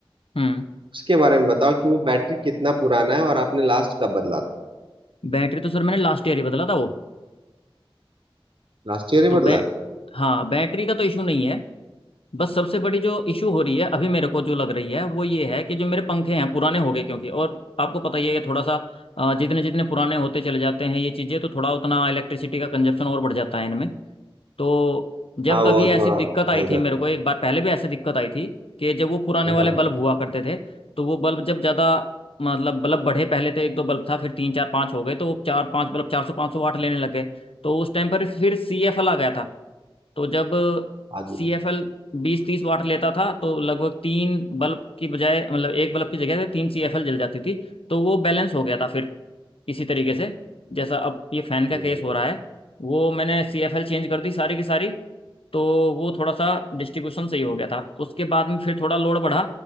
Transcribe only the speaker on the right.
उसके बारे में बताओ कि वो बैटरी कितना पुराना है और आपने लास्ट कब बदला था
लास्ट ईयर ही
बदला
है
हाँ वो
थोड़ा
हो जाता
है
हाँ
हाँ जी
सही
बोला